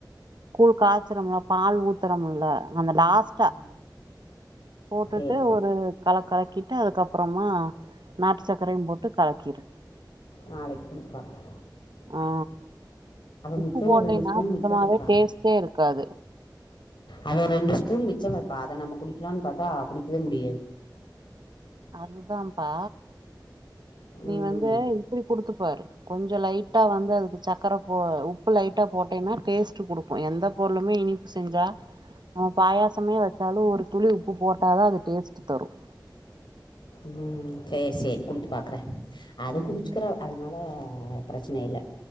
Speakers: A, on the right (about 70°); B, on the left (about 80°).
A: கூழ் காச்சிறம்ல பால் ஊத்தறம்ல அந்த லாஸ்ட்டா
B: ம்
A: போட்டுட்டு
B: சேரி சேரி
A: ஒரு கலக்கலக்கிட்டு அதுக்கப்றமா நாட்டு சக்ரயும் போட்டு கலக்கிரு
B: நாளைக் <inaudible> பாக்றே
A: ஆ உப்பு
B: மிச்சம்
A: போட்லைனா
B: ஒரு ரெண்டு ஸ்பூன்
A: சுத்தமாவே
B: மிச்சம் வைப்பா
A: டேஸ்ட்டே இருக்காது
B: அத ஒரு ரெண்டு ஸ்பூன் மிச்சம் வெப்பா அத நம்ம குடிக்கிலான் பாத்தா குடிக்குவே முடியாது
A: அதுதாம்பா நீ
B: ம்
A: வந்து இப்புடி குடுத்துப்பாரு கொஞ்ச லைட்டா வந்து அதுக்கு சக் கரப்போ உப்பு லைட்டா போட்டேனா டேஸ்ட்டு குடுக்கும் எந்த பொருளுமே இனிப் செஞ்சா நம்ம பாயாசமே வச்சாலு ஒரு துளி உப்பு போட்டாதா அது டேஸ்ட்டு தரும்
B: ம் சேர் சேரி குடுத்து பாக்றன் அத
A: ம்
B: குடிச்சிக்றா அதனால ஆ ப்ரச்ன இல்ல